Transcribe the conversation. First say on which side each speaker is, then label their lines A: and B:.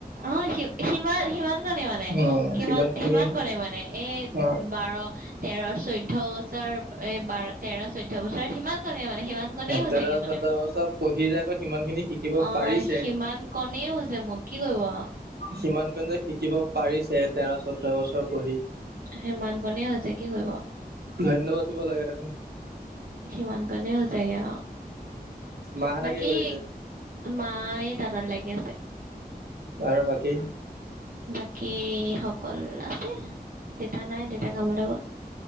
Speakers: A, on the right; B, on the right.
A: অি সিমান সিমান কনে মানে
B: অ',
A: কিমান
B: খিনি
A: সিমান কনে মানে এই
B: অ',
A: বাৰ তেৰ চৈধয় বছৰ এ বাৰ তেৰ চৈধ্য় বছৰ সিমান কনেে মানে সিমান কনে হৈছে
B: তেৰ
A: কি মানে
B: চৈধ্য
A: মোৰ
B: বছৰ পঢ়ি যাকৈ সিমান খিনি শিকিব
A: অ
B: পাৰিছে।
A: সিমান কণ হৈছে মোৰ কি <unintelligible>
B: সিমান কনেে শিকিব পাৰিছে তেৰ চৈধ্্য বছৰ পঢ়ি।
A: হে মান কনে হৈছে কি কৰিব
B: ধন্যবাদ দিব লাগে দেখোন
A: সিমান কাৰণে হৈ হৈছেগ
B: মাহঁতে
A: বাকী
B: কি কৰিছে
A: মায় ততত লাগি আছে
B: ব বাকী
A: বাকী সকল আছে দেতা নাই দেতা কামলৈ গ'ল